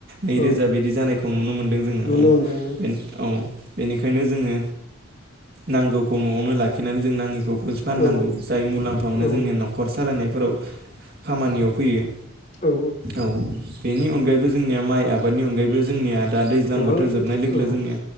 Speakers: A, on the right; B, on the left.
A: नै
B: औ
A: रोजा बिदि जानायखौ नुनो मोनदों जोङो
B: नुनो
A: औ
B: मोनदों
A: बे औ। बेनिखायनो जोङो, नांगौखौ न'आवनो लाखिनानै जों नाङिखौ <unintelligible> फाननांगौ
B: औ
A: जाय मुलाम्फा मोनो
B: औ
A: जोंनि न'खर सालायनायफोराव। खामानियाव फैयो,
B: औ
A: औ। बेनि अनगायैबो जोंनिया माइ आबादनि अनगायैबो जोंनिया दा दैज्लां
B: गोबां
A: बोथोर जोबनाय लोगो
B: औ
A: लोगो जोंनिया